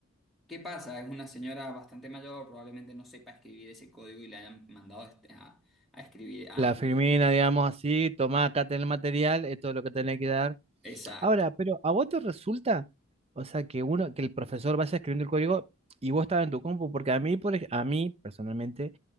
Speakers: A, in the centre; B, on the right (about 25°).
A: ¿Qué pasa? Es una señora bastante mayor, probablemente no sepa escribir ese código y le hayan mandado este- a, a escribir. a-
B: la Firmina, digamos así, tomá acá tenés el material, esto es lo que tenés que dar.
A: Exacto,
B: Ahora, pero ¿a vos te resulta, o sea, que uno, que el profesor vaya escribiendo el código y vos estás en tu compu? Porque a mí, por, ej- a mí, personalmente,